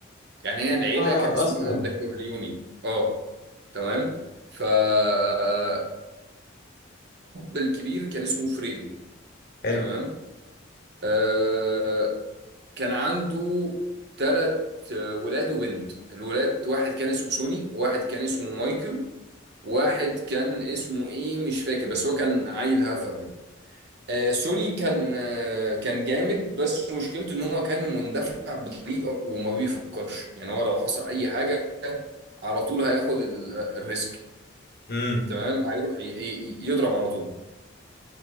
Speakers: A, on the right; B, on the left.
A: يعني هي العيلة
B: اه
A: كان اسمها
B: اصلا
A: ذا كورليوني اه تمام فالأب الكبير كان اسمه فريدو
B: حلو
A: تمام آه، كان عنده ثلاث ولاد وبنت الولاد واحد كان اسمه سوني واحد كان اسمه مايكل واحد كان اسمه ايه مش فاكر بس هو كان عيل هفا كده آه سوني كان آه كان جامد بس مشكلته ان هو كان مندفع بطريقه وما بيفكرش يعني هو لو حصل اي حاجه على طول هياخد ال- الريسك
B: امم
A: تمام هيروح ي- ي- يضرب على طول